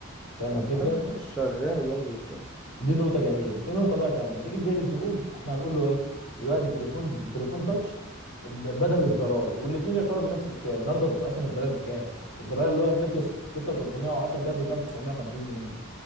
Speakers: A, on the left; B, in the centre.
A: فاهم
B: طب
A: الفكره
B: حلو ماشي شغال برضه مش وحش
A: دي نقطه جميله في نقطه بقى تانية ما تيجي تبيع للزبون احنا هنقول له ايه دلوقتي التليفون تليفون تاتش ب- بدل الزراير والاثنين يعتبر بنفس السعر النهارده اصلا الزراير بكام الزراير اللي هو النوكيا 6310 ده بيتباع ب 950 جنيه